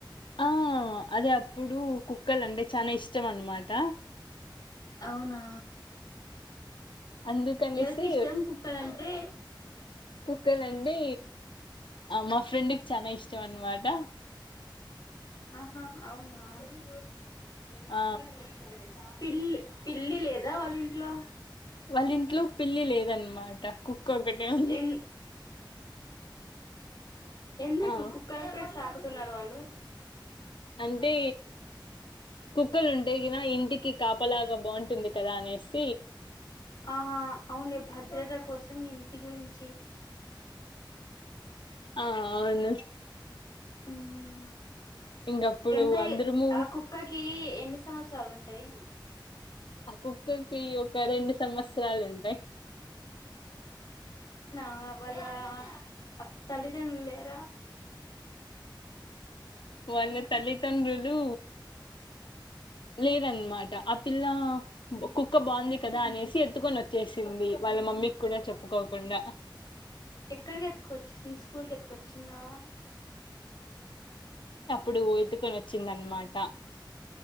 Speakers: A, on the left; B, on the left.
A: ఆ అదే అప్పుడు కుక్కలు అంటే చాన ఇష్టం అన్నమాట,
B: అవునా
A: అందుకనేసి
B: ఎవరికి ఇష్టం కుక్కలంటే
A: కుక్కల అండి అ మా ఫ్రెండ్కి చాన ఇష్టం అన్నమాట.
B: ఆహా అవునా అడి మొత్త
A: ఆ
B: పిల్ పిల్లి లేదా వాళ్ళ ఇంట్లో?
A: వాళ్ళ ఇంట్లో పిల్లి లేదన్నమాట కుక్క ఒకటె ఉంది.
B: ఎన్ ఎంది
A: ఆ
B: కుక్క సాకుతున్నరు వాళ్ళు
A: అంటే కుక్కలు ఉంటే కన ఇంటికి కాపలాగా బాగుంటుంది కదా అనేసి
B: ఆహా అవును భద్రద కోసం ఇంటి గురించి
A: ఆ అవును
B: ఉమ్
A: ఇంకప్పుడు
B: ఎంత
A: అందరము
B: ఆ కుక్కకి ఎన్ని సంవత్సరాలు ఉంటాయి
A: ఆ కుక్కకి ఒక రెండు సంవత్సరాలు ఉంటాయి
B: ఆ వల్ల ఆ తల్లి తండ్రులు లేరా
A: వల్ల తల్లి త తండ్రులు లేదన్నమాట ఆ పిల్ల కుక్క బాగుంది కదా అనేసి ఎత్తుకొని వచ్చేసింది వాళ్ళ మమ్మీకి కూడా చెప్పుకోకుండా
B: ఎక్కడికి ఎతుకొచ్చేసింది స్కూల్కి ఎతుకొచ్చిందా
A: ఇప్పుడు ఎతుకొని వచ్చింద అనమాట